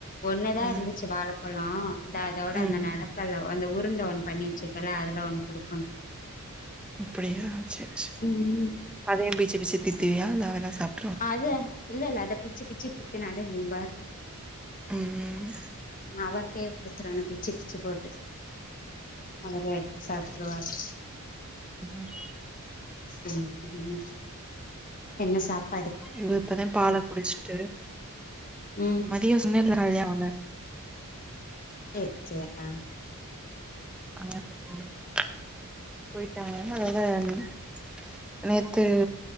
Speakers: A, on the left; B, in the centre.
A: ஒன்னுதா இருந்துச்சு
B: ம்
A: வாழப்பழோ இந்தா இதோட
B: ம்
A: இந்த நெலக்கல்ல வந்த உருண்ட ஒண் பண்ணி வெச்சுர்க்கல்ல அதுல ஒண்ணு குடுக்கணு
B: அப்படியா சேர் சே
A: ம்
B: அதையு பிச்சு பிச்சு தித்துவியா நா வேண்ணா சாப்
A: அத இல்ல இல்ல அத பிச்சி பிச்சி தி தின்னாலே நிம்பாரு
B: ம் ம்
A: ம் அவர்ட்டயே குடுத்துடனு பிச்சு பிச்சு போட்டு அவரே எடுத்து சாப்டுருவாரு
B: ம்
A: சேரி கண்ணு என்ன சாப்
B: இவு இப்பதா பாலக் குடிஸ்ட்டு
A: ம்
B: <unintelligible>
A: சேரி சேரி ஆ
B: ஆயா <inaudible> போயிட்டாங்க அதனால என்னது நேத்து